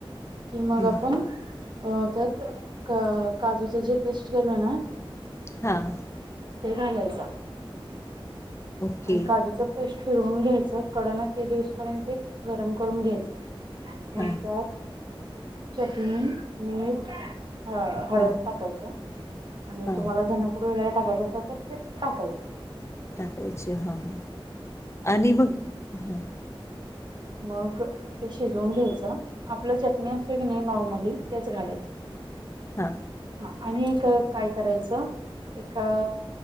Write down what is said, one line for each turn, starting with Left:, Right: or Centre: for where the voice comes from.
Right: कि मग
Left: हं
Right: अपण अ त्यात क काजूच जे पेस्ट केल ना,
Left: हां
Right: ते घालायच.
Left: ओके
Right: आणि काजूच पेस्ट फिरवून घ्यायचं. कडना ते दिसपर्यंत ते गरम करून घ्यायचं. मासात
Left: हां
Right: चटणी मीठ ह हळद
Left: हां
Right: टाकायचं आणि
Left: हां
Right: तुम्हाला धनपूड वगैरे टाकायच असल तर ते टाकायचं.
Left: अच्छा हा हा आणि मग हम
Right: मग ते शिजवून घ्यायचं आपलं चटणी असे की नाही नॉर्मली तेच घालायचं.
Left: हा
Right: हा आणि एक काय करायचं एका